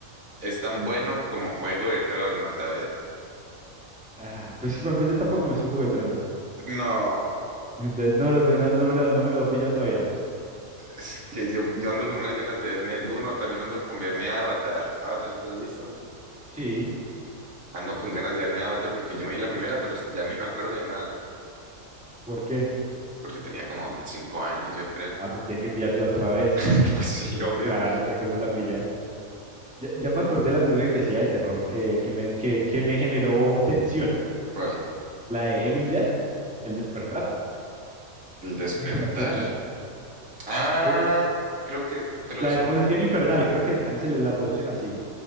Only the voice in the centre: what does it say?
Ah, pues sí, por ejemplo, yo tampoco me hizo Juego de Tronos.
Entonces no, me lo- no no me lo, no me lo he pillado todavía.
Sí,
¿por qué?
Ah, pues tiene que pillársela otra vez.
Eh,
claro, tiene que volverla a pillar. Ya, ya me acordé de la película que te decía de terror que, que me, que, que me generó tensión.
La de Evil Dead, El Despertar.
No sé si te la has visto. Eh,
eh,
la
de Posición
Infernal, creo que también se le la traducen así.